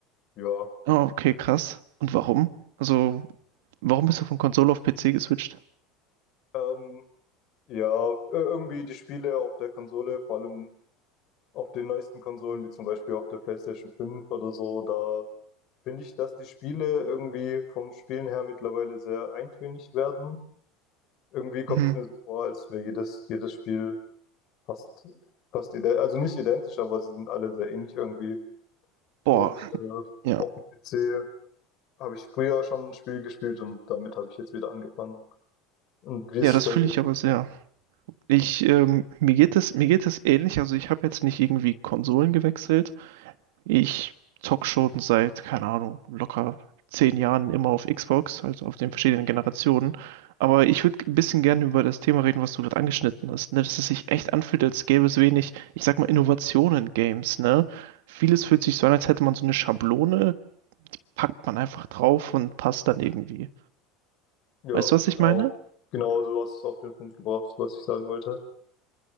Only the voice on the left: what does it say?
Ja,
ähm, ja, ir- irgendwie die Spiele auf der Konsole, vor allem auf den neuesten Konsolen, wie zum Beispiel auf der PlayStation 5 oder so, da finde ich, dass die Spiele irgendwie vom Spielen her mittlerweile sehr eintönig werden. Irgendwie kommt
es mir so vor, als wäre jedes, jedes Spiel Fast, fast ident also nicht identisch, aber sie sind alle sehr ähnlich irgendwie.
Und äh,
auf dem PC habe ich früher schon ein Spiel gespielt und damit habe ich jetzt wieder angefangen. Und wie ist
es bei
dir?
Ja,
genau.
Genau, du hast es auf den Punkt gebracht, was ich sagen wollte.